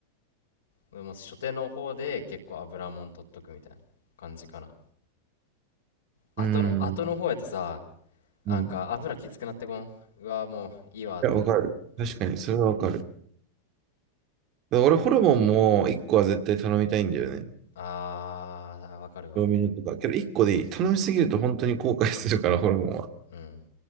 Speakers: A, on the left; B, on the right.
A: なでも初手の方で結構油もん取っとくみたいな感じかな後の後の方やとさ
B: うん、
A: なんか油きつくなってこんうわもういいわって
B: うん。いや、わかる。確かに、
A: うん
B: それはわかる。だから俺、ホルモンも1個は絶対頼みたいんだよね。
A: あーわかるわ
B: ドミノとか。けど、1個でいい。頼みすぎると本当に後悔するから、ホルモンは。
A: うん